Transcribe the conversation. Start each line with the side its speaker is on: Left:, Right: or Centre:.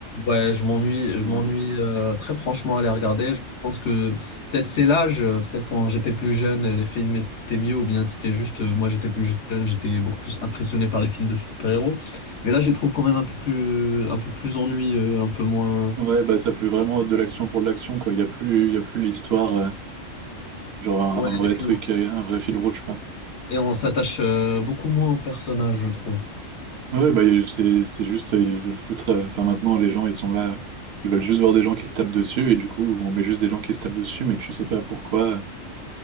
Left: Ouais, je m'ennuie,
Right: genre,
Left: je m'ennuie euh, très franchement à les regarder. Je pense que peut-être c'est l'âge, euh, peut-être quand j'étais plus jeune, euh, les films étaient mieux, ou bien c'était juste euh, moi j'étais plus jeune, j'étais beaucoup plus impressionné par les films de super-héros. Mais là, je les trouve quand même un peu plus, un peu plus ennuyeux, euh, un peu moins.
Right: euh, ouais, bah ça fait vraiment de l'action pour de l'action, quoi. Il y a plus, il y a plus l'histoire. Genre un,
Left: Ouais,
Right: un vrai
Left: et
Right: truc,
Left: on
Right: euh, un vrai fil rouge, quoi.
Left: et on s'attache euh, beaucoup moins aux personnages, je trouve.
Right: Ouais, bah il- c'est c'est juste, euh, ils veulent foutre. euh, Enfin maintenant, les gens, ils sont là, ils veulent juste voir des gens qui se tapent dessus, et du coup, on met juste des gens qui se tapent dessus, mais tu sais pas pourquoi.